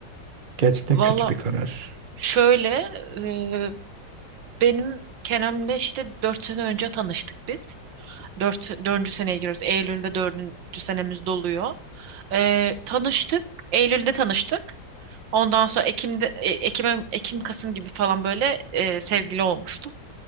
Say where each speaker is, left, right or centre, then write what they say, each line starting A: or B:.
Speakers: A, on the right (about 35°); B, on the right (about 80°).
A: gerçekten
B: valla
A: kötü bir karar.
B: şöyle e, benim Kerem'le işte 4 sene önce tanıştık biz. Dört, dördüncü seneye giriyoruz. Eylül'de dördüncü senemiz doluyor. Ee, tanıştık. Eylül'de tanıştık. Ondan sonra Ekim'de, e, Ekim'e, Ekim, Kasım gibi falan böyle e, sevgili olmuştuk.